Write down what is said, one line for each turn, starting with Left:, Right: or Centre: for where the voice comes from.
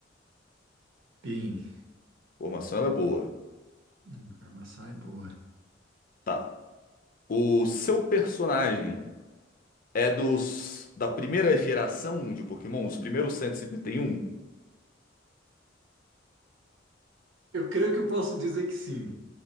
Right: Bem,
Left: informação ela é boa.
Right: hum, a informação é boa.
Left: Tá. O seu personagem. É dos da primeira geração de Pokémon, os primeiros cento e e cinquenta e um,
Right: Eu creio que eu posso dizer que sim.